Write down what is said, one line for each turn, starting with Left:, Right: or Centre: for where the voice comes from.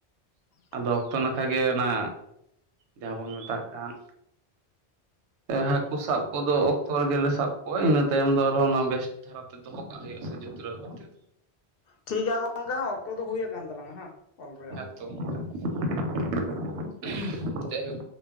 Left: ᱴᱷᱤᱠ
Right: ᱟᱫᱚ ᱚᱠᱛᱚ ᱱᱟᱠᱷᱟ ᱜᱮ, ᱚᱱᱟ ᱡᱟᱦᱟᱸ ᱵᱚᱱ ᱢᱮᱛᱟᱜ ᱠᱟᱱ ᱦᱟᱹᱠᱩ ᱥᱟᱵ ᱠᱚᱫᱚ ᱚᱠᱛᱚ ᱨᱮᱜᱮ ᱞᱮ ᱥᱟᱵ ᱠᱚᱣᱟ᱾ᱤᱱᱟᱹ ᱛᱟᱭᱚᱢ ᱫᱚ ᱟᱨᱚ ᱚᱱᱟ ᱵᱮᱥ ᱫᱷᱟᱨᱟᱛᱮ ᱫᱚᱦᱚ ᱠᱟᱜ ᱦᱩᱭᱩᱜᱼᱟ ᱥᱮ ᱡᱟᱹᱛᱨᱟᱹᱣ ᱠᱟᱛᱮᱫ᱾
Left: ᱴᱷᱤᱠᱜᱮᱭᱟ ᱜᱚᱝᱠᱮ ᱦᱚᱸ ᱚᱠᱛᱚ ᱫᱚ ᱦᱩᱭ ᱟᱠᱟᱱ ᱛᱟᱞᱟᱝᱟ ᱦᱟᱸ ᱠᱚᱞ ᱨᱮᱭᱟᱜ
Right: ᱦᱮᱸᱛᱚ
Left: ᱚᱠᱛᱚ ᱫᱚ᱾
Right: <unintelligible> ᱡᱟᱭᱦᱳᱠ